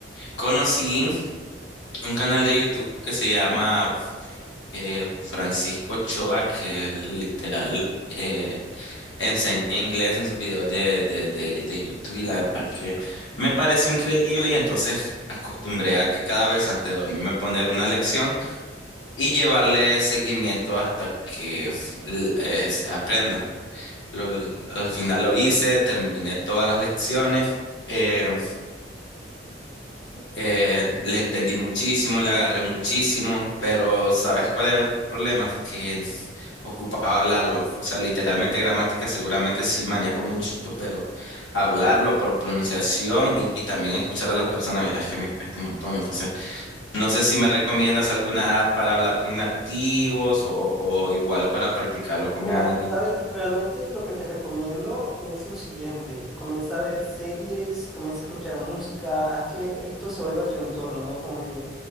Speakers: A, on the left; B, in the centre.
A: Conocí un canal de YouTube que se llama eh, Francisco Ochoa, que literal eh, enseña inglés en sus videos de, de, de, de YouTube y la verdad que me pareció increíble y entonces acostumbré a que cada vez antes de dormirme poner una lección y llevarle seguimiento hasta que l- eh, se aprenda. Lo- al final lo hice, terminé todas las lecciones. eh, Eh, le entendí muchísimo, le agarré muchísimo, pero ¿sabes cuál era el problema? Que ocupaba hablarlo. O sea, literalmente gramática seguramente sí manejo mucho, pero hablarlo por pronunciación y, y también escuchar a las personas, verás que me cuesta un montón. Entonces, no sé si me recomiendas alguna app para hablar con nativos o, o igual para practicarlo con
B: Mira,
A: alguien.
B: sabes, realmente lo que te recomiendo es lo siguiente. Comienza a ver series, comienza a escuchar música, haz que esto se vuelva a tu entorno, ¿no? Como que